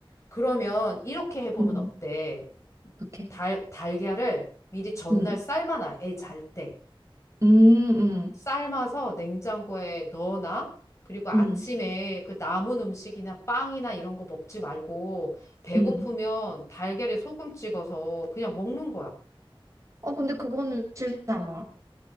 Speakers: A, on the left; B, on the right.
A: 그러면 이렇게 해보면
B: 음,
A: 어때?
B: 어떡해.
A: 달, 달걀을 미리 전날
B: 음,
A: 삶아놔, 애 잘 때.
B: 음, 음,
A: 삶아서 냉장고에 넣어놔. 그리고 아침에
B: 음,
A: 그 남은 음식이나 빵이나 이런 거 먹지 말고, 배고프면
B: 음.
A: 달걀에 소금 찍어서 그냥 먹는 거야.
B: 어, 근데 그거는 싫잖아.